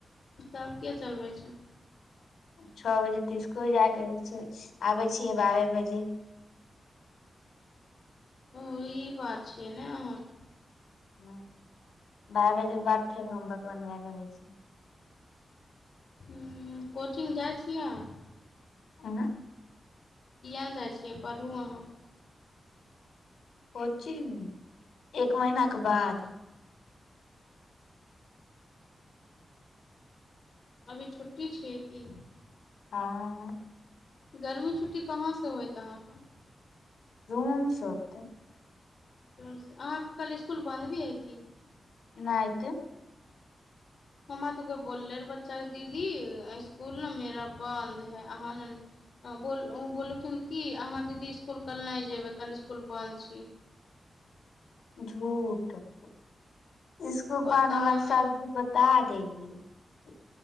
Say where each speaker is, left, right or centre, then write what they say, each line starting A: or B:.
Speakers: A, on the left; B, on the left.
A: तब के चलबै छै
B: छ बजे तऽ इसकुल जायके रहै छै आबै छियै बारह बजे
A: ओ ई बात छियै ने हमर
B: हँ बारह बजे के बाद फेर होमवर्क बनबाके अबै छियै
A: हूँ कोचिंग जाइ छियै अहाँ
B: अं ह
A: किएक नहि जाइ छियै पढ़ू अहाँ
B: कोचिंग एक महिना के बाद
A: अभी छुट्टी छियै की
B: हाँ
A: गर्मी छुट्टी कहाँसँ होयत अहाँके
B: रुमन सत त <unintelligible>
A: जून से अहाँके कल इसकुल बन्द भी हइ की
B: नहितऽ
A: हमरा तऽ कोइ बोललै रहए बच्चाके दीदी आइ इसकुल ने मेरा बन्द हइ अहाँ ने बोल ओ बोललखिन कि अहाँ दीदी इसकुल कल नहि जयबै कल् इसकुल बन्द छी
B: झूठ <unintelligible> इसको
A: पता
B: बान होगा
A: नहि
B: स <unintelligible> <unintelligible> ब द देंगी <unintelligible>